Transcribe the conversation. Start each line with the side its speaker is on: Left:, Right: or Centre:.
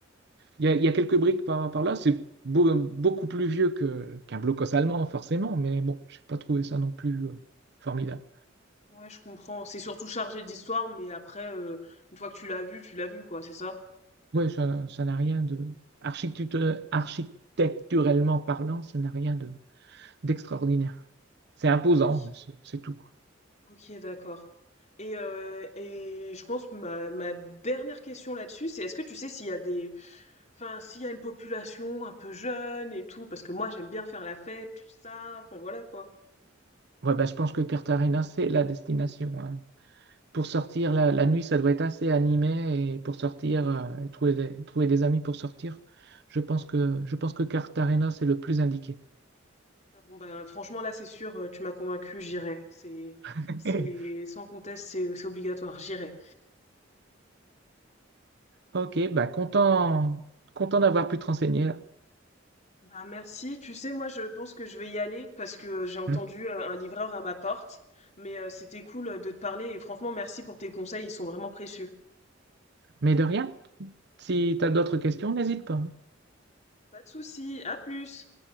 Right: Il y a, il y a quelques briques par, par là. C'est beau- beaucoup plus vieux que, qu'un blocos allemand, forcément, mais bon, j'ai pas trouvé ça non plus euh, formidable.
Left: Ouais, je comprends. C'est surtout chargé d'histoire, mais après, heu, une fois que tu l'as vu, tu l'as vu, quoi, c'est ça?
Right: Ouais, ça, ça n'a rien de... architectu- Architecturellement parlant, ça n'a rien de d'extraordinaire. C'est imposant,
Left: OK.
Right: mais c'est c'est tout.
Left: OK, d'accord. Et heu et je pense que ma ma dernière question là-dessus, c'est est-ce que tu sais s'il y a des enfin, s'il y a une population un peu jeune et tout? Parce que moi, j'aime bien faire la fête, tout ça, enfin, voilà, quoi.
Right: Ouais, bah, je pense que Cartagena, c'est la destination. hein. Pour sortir la, la nuit, ça doit être assez animé et pour sortir, euh, et trouver des, trouver des amis pour sortir, je pense que, je pense que Cartagena, c'est le plus indiqué.
Left: Ah bon, ben, franchement, là, c'est sûr, heu, tu m'as convaincu j'irai. C'est
Right: <laughs>
Left: c'est sans conteste, c'est c'est obligatoire, j'irai.
Right: Ok, bah content, content d'avoir pu te renseigner. là.
Left: Bah, merci. Tu sais, moi, je pense que je vais y aller parce que euh, j'ai entendu
Right: Mm.
Left: euh, un livreur à ma porte. Mais euh, c'était cool euh, de te parler et franchement, merci pour tes conseils, ils sont vraiment précieux.
Right: Mais de rien, si tu as d'autres questions, n'hésite pas.
Left: Pas de souci, à plus.